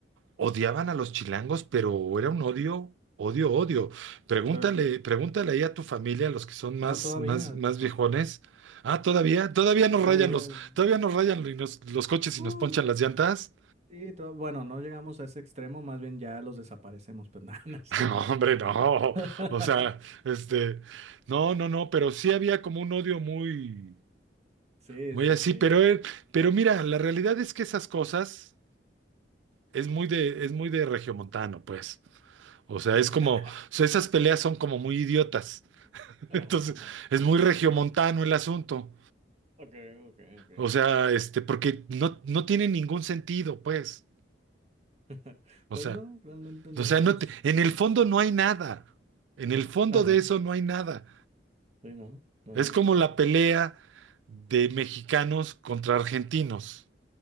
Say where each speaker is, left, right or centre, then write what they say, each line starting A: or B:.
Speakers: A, on the right; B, on the right.
A: odiaban a los chilangos, pero era un odio, odio, odio. Pregúntale,
B: To-
A: pregúntale ahí a tu familia, los que son más,
B: No, todavía,
A: más, más
B: to-
A: viejones. Ah, todavía, todavía nos
B: todavía.
A: rayan los, todavía nos rayan los, los coches
B: us,
A: y nos ponchan las
B: us,
A: llantas.
B: sí, to- bueno, no llegamos a ese extremo, más bien ya los desaparecemos, pero <laughs> nada, no es
A: <laughs>
B: cierto.
A: No, hombre, no.
B: <laughs>
A: O sea, este, no, no, no, pero sí había como un odio muy,
B: Sí,
A: muy
B: sí,
A: así,
B: sí.
A: pero, él- pero mira, la realidad es que esas cosas es muy de, es muy de regiomontano, pues. O sea,
B: <laughs>
A: es como,
B: Ajá,
A: o sea, esas peleas son como muy idiotas. <laughs>
B: ajá,
A: Entonces,
B: ajá.
A: es muy regiomontano el asunto.
B: Okay, okay, okay.
A: O sea, este, porque no, no tiene ningún sentido, pues.
B: <laughs>
A: O
B: Pues
A: sea,
B: no, realmente no.
A: o sea, no
B: pues,
A: te- en el fondo no hay nada. En el fondo
B: Ajá,
A: de eso no hay nada.
B: sí, no, no,
A: Es
B: no hay
A: como
B: nada.
A: la pelea de mexicanos contra argentinos